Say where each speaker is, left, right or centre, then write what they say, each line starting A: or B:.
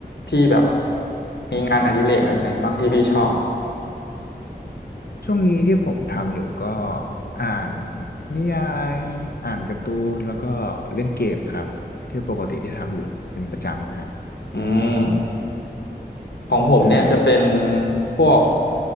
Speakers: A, on the left; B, on the left.
A: พี่แบบมีงานอดิเรกแบบไหนบ้างที่พี่ชอบ
B: ช่วงนี้ที่ผมทำอยู่ก็อ่านนิยายอ่านการ์ตูนแล้วก็เล่นเกมครับที่ปกติที่ทำอยู่เป็นประจำนะฮะ
A: อืมของผมเนี่ยจะเป็น
B: ใช่
A: พวก